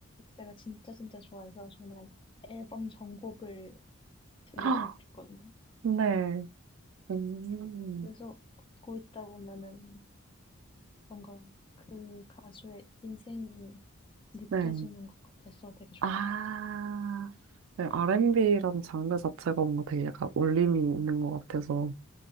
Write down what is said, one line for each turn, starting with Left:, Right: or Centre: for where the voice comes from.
Left: 제가 진짜 진짜 좋아해서 저는 앨범 전곡을
Right: <gasps>
Left: 되게
Right: 헉,
Left: 자주 듣거든요.
Right: 네. 음,
Left: 그래서 듣고 있다 보면은 뭔가 그 가수의 인생이 느껴지는
Right: 네.
Left: 것 같아서 되게 좋아요.
Right: 아, 네. R&B라는 장르 자체가 뭔가 되게 약간 울림이 있는 것 같아서.